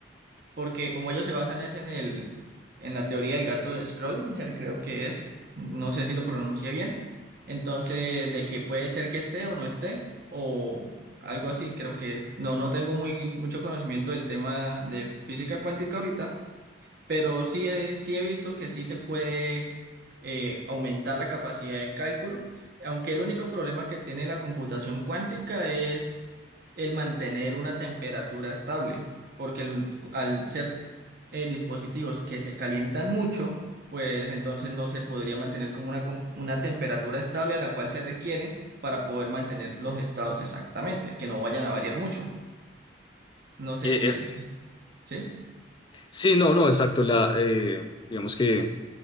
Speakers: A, on the right (about 55°); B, on the left (about 25°).
A: porque como ellos se basan es en el, en la teoría del gato de Schrödinger, creo que es, no sé si lo pronuncia bien, entonces de que puede ser que esté o no esté, o algo así, creo que es. No, no tengo muy, mucho conocimiento del tema de física cuántica ahorita pero sí he, sí he visto que sí se puede eh, aumentar la capacidad de cálculo, aunque el único problema que tiene la computación cuántica es el mantener una temperatura estable, porque el- al ser eh, dispositivos que se calientan mucho, pues entonces no se podría mantener como una, com- una temperatura estable la cual se requiere para poder mantener los estados exactamente, que no vayan a variar mucho. No sé,
B: Eh, es-
A: ¿sí?
B: sí, no, no, exacto. La, eh, digamos que